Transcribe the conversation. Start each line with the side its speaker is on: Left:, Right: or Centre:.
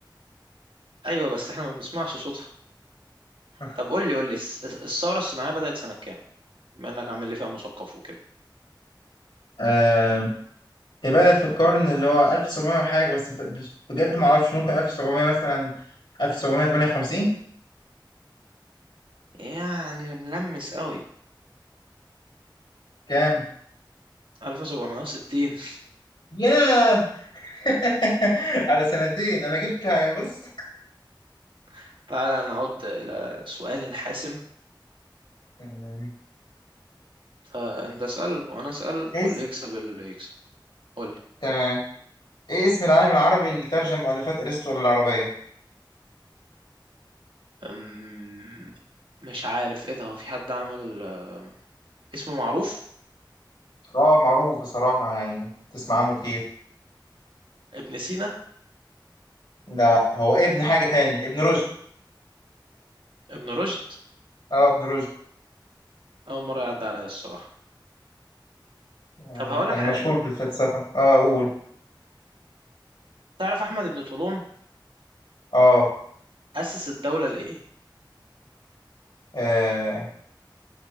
Right: ايوه بس احنا ما بنسمعش صوتها
Left: <laughs>
Right: طب قول لي قول لي الس- الثورة الصناعية بدأت سنة كام؟ بما انك عامل لي فيها مثقف وكده
Left: آه هي بدأت في القرن اللي هو 1700 وحاجة بس مت- بش- بجد ما اعرفش ممكن 1700 مثلا 1758
Right: يعني ملمس قوي
Left: كام
Right: 1760
Left: ياه <laughs> على سنتين انا جبت يعني بص
Right: <laughs> تعالى نعود إلى سؤال حاسم
Left: تمام.
Right: فأنت اسأل وأنا أسأل
Left: اس
Right: واللي يكسب اللي يكسب قول لي
Left: تمام ايه اسم العالم العربي اللي ترجم مؤلفات ارسطو للعربية
Right: أم، مش عارف إيه ده هو في حد عمل آه، اسمه معروف
Left: اه معروف بصراحة يعني تسمع عنه كتير
Right: ابن سينا
Left: ده هو ابن حاجة تانية ابن رشد
Right: ابن رشد
Left: اه ابن رشد
Right: أول مرة يعدي عليا الصراحة
Left: آه،
Right: طب هقولك
Left: كان
Right: حاجة
Left: مشهور بالفلسفة اه قول
Right: تعرف أحمد بن طولون
Left: اه
Right: أسس الدولة لإيه؟
Left: آه،